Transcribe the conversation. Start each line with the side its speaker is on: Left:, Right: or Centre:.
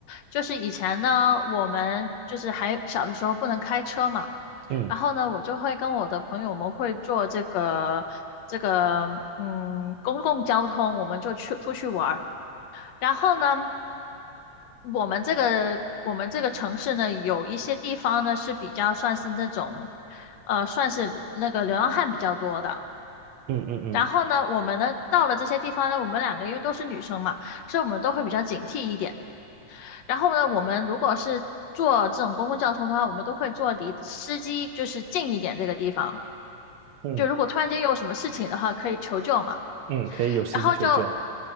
Left: 就是以前呢，我们就是还小的时候不能开车嘛，
Right: 嗯
Left: 然后呢，我就会跟我的朋友们会坐这个这个嗯公共交通，我们就去出去玩儿，然后呢，我们这个我们这个城市呢，有一些地方呢是比较算是那种，呃，算是那个流浪汉比较多的。
Right: 嗯嗯嗯
Left: 然后呢，我们呢到了这些地方呢，我们两个因为都是女生嘛，所以我们都会比较警惕一点。然后呢，我们如果是坐这种公共交通的话，我们都会坐离司机就是近一点这个地方。
Right: 嗯
Left: 就如果突然间有什么事情的话，可以求救嘛。
Right: 嗯，可以有司机求救。
Left: 然后就，